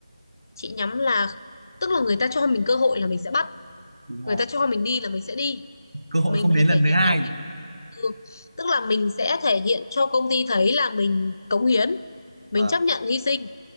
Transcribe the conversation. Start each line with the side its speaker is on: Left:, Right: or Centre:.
Left: chị nhắm là tức là người ta cho mình cơ hội là mình sẽ bắt
Right: đúng rồi
Left: người ta cho mình đi là mình sẽ đi
Right: cơ hội
Left: mình
Right: không đến
Left: phải thể
Right: lần thứ
Left: hiện
Right: hai
Left: là mình ừ. tức là mình sẽ thể hiện cho công ty thấy là mình cống hiến mình
Right: vâng
Left: chấp nhận hy sinh